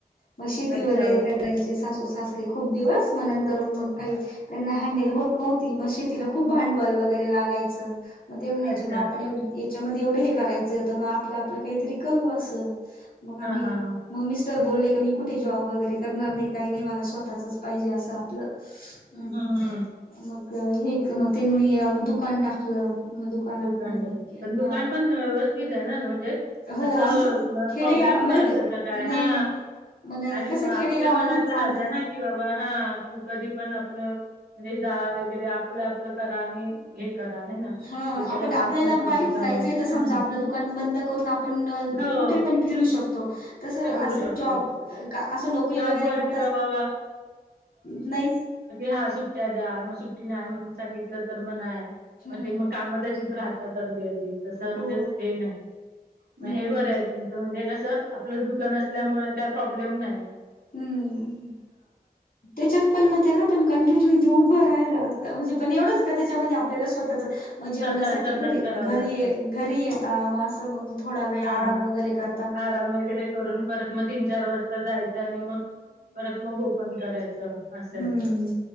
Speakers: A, on the left; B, on the right.
A: मग शेती
B: अच्छा,
A: वगैरे
B: ओके.
A: करायची ते सासू सासरे खूप दिवस मग तरुण मग काही त्यांना हँडल होत नव्हती मग शेतीला खूप भांडवल वगैरे लागायचं मग ते म्हणायचे
B: अच्छा.
A: म आपण एवढं याच्यामध्ये एवढं हे करायचं त म आपलं आपलं काहीतरी करू असं मंग आम्ही
B: हां, हां, हां.
A: मग मिस्टर बोलले की मी कुठे जॉब वगैरे करणार नाही काय नाही मला स्वतःचच पाहिजे असं आपलं अ
B: हं, हं, हं.
A: मग एक मग त्यांनी दुकान टाकलं. मग दुकानात
B: दुकान पण दुकान
A: हा
B: पण व्यवस्थित आहे असं म्हणं जे
A: हो
B: अस
A: आमचं
B: मं
A: खेडेगाव
B: प्रॉब्लेम
A: मग
B: नाय त्याचा काय
A: नाही
B: हा
A: नाही मण
B: आणि
A: कसं खेडेगावामध्ये
B: आपलं मनाचं
A: चालतं
B: राजा ना की बाबा हा की कधी पण आपलं म्हणजे जा वगैरे आपलं आपलं करा आणि हे करा हाय ना
A: हा
B: डोक्याला
A: आपण आपल्याला
B: ताप नसतो
A: बाहेर
B: त्याच्यामुळे.
A: जायचंय तर
B: हं.
A: समजा आपलं दुकान बंद करून आपण
B: हो,
A: कुठे पण फिरू शक तो तस अस
B: स्वीकारू शकतो.
A: जॉब अस नोकरी
B: जॉबवरती
A: वगैरे करता
B: बाबा
A: अस नाहीच
B: हा सुट्टया द्या मग सुट्टी नाय म्हणून सांगितलं तर म नाय
A: हम्म
B: ते मग काम तशीच राहतात अर्धदी अधी तसं म्हणजे
A: हो
B: हे नाय
A: हम्म
B: म हे बरं आहे तुम त म्हणजे कसं आपलंच दुकान असल्यामुळे काय प्रॉब्लेम नाय.
A: हम्म हम्म हम्म त्याच्यात पण मग त्याला पण कंटिन्यू उभं राहायला लागत म्हणजे पण एवढंच का त्याच्यामध्ये आपल्याला स्वतःच म जेवण्यासाठी
B: स्वतः स्वतःच
A: घरी
B: करावं
A: घरी
B: लागतं.
A: ये घरी येता मग असं मग थोडा वेळ
B: हां.
A: आराम वगैरे कर
B: आराम वगैरे करून परत मग तीन, चार वाज सता जायचं आणि मग परत मग ओपन करायचं. असंय.
A: हम्म